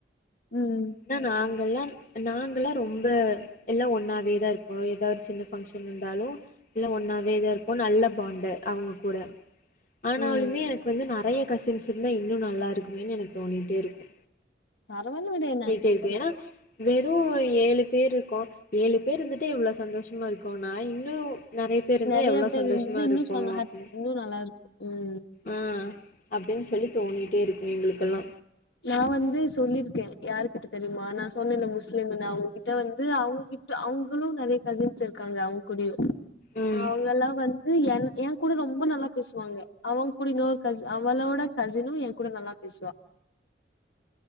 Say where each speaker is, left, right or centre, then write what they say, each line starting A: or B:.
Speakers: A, on the left; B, on the left.
A: ம்
B: ஆனா நாங்கள்லா நாங்லா ரொம்ப எல்லா ஒன்னாவேதா இருப்போ ஏதாவது சின்ன பங்க்ஷன் வந்தாலு எல்லா ஒன்னாவே தா இருப்போ நல்ல பாண்டு அவுங்க கூட ஆனாலுமே
A: ம்.
B: எனக்கு வந்து நெறைய கசின்ஸ் இருந்தா இன்னு நல்லா இருக்குமேனு எனக்கு தோணிட்டே இருக்கு
A: பரவால்ல விடு நல்
B: இர்ப்
A: ந
B: ஏனா வெறு ஏழு பேர் இருக்கோ ஏழு பேர் இர்ந்திட்டே இவ்ளோ சந்தோஷமா இருக்கோன இன்னு நறய பேர் இருந்தா
A: நெறைய
B: எவ்ளோ
A: பேர்
B: சந்தோஷமா
A: இருந்தது இன்னு
B: இருப்போ
A: சொன்ன ஹாப்
B: அப்டினு
A: இன்னு நல்லா இருக்கு ம்
B: அ அப்டின் சொல்லி தோணிட்டே இருக்கு எங்களுக்கெல்லா
A: நா வந்து சொல்லிர்க்கே யாருகிட்ட தெரியுமா நா சொன்னேல முஸ்லீமுனு அவுங்ககிட்ட வந்து அவுங்க கிட் ட அவுங்குளு நறைய கசின்ஸ் இருக்காங்க அவுங் கூடயு
B: ம்
A: அவுங்கலா வந் ஏ என் எ கூட ரொம்ப நல்லா பேசுவாங்க அவங்க கூட இன்னொரு கசி அவளோட கசினு எங் கூட நல்லா பேசுவா